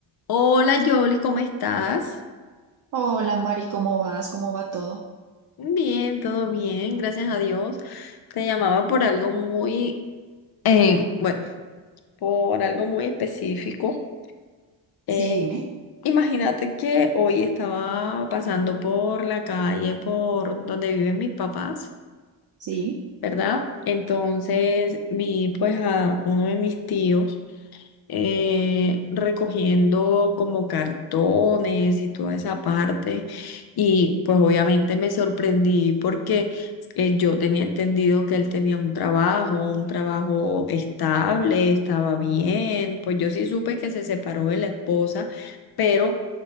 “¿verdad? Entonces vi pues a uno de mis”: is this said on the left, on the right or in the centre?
Left